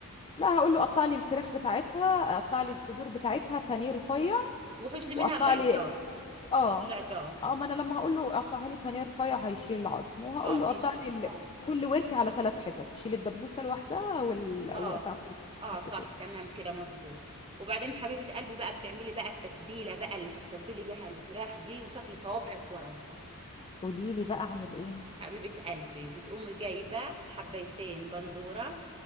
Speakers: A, on the left (about 25°); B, on the right (about 25°).
A: لا هقول له قطع لي الفراخ بتاعتها قطع لي الصدور بتاعتها بانيه رفيع
B: وحش لي منها
A: وقطع
B: العظام
A: لي
B: وحش
A: اه
B: لي العظام
A: اه ما انا لما هقول له قطعها لي بانيه رفيع هيشيل العظم وهقول
B: اه
A: له
B: بيشي
A: قطع لي
B: اه
A: ال... كل ورك على ثلاث حتت شيل الدبوسه لوحدها وال...
B: اه
A: واقطع كل حته
B: اه
A: حتتين
B: صح تمام كده مظبوط وبعدين حبيبه قلبي بقى بتعملي بقى التتبيله بقى اللي هتتبلي بها الفراخ دي وتاكلي صوابعك وراها
A: قولي لي بقى اعمل ايه
B: حبيبه قلبي بتقومي جايبه حبيتين بندوره